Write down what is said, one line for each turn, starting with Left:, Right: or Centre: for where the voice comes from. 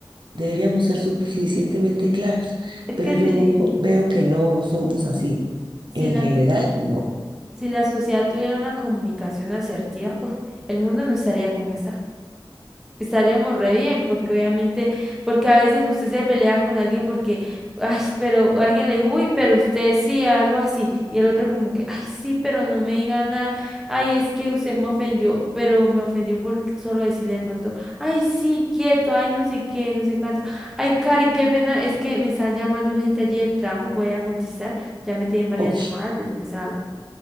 Right: Deberíamos ser suficientemente claros,
Centre: Es
Right: pero
Centre: que
Right: yo
Centre: si,
Right: veo que no somos así.
Centre: si
Right: En
Centre: la,
Right: general, no.
Centre: si la sociedad tuviera una comunicación asertiva, uf, el mundo no estaría como está. Estaríamos re bien, porque obviamente, porque a veces usted se pelea con alguien porque, ay, pero alguien le dijo, uy, pero usted sí, algo así, y el otro como que, ay, sí, pero no me diga nada, ay, es que usted me ofendió, pero me ofendió por solo decirle de pronto, ay, sí, quieto, ay, no sé qué, no sé cuánto, ay, Cari, qué pena, es que me están llamando urgente allí del trabajo, voy a contestar, ya me tienen varias
Right: Ok,
Centre: llamadas, después hablamos.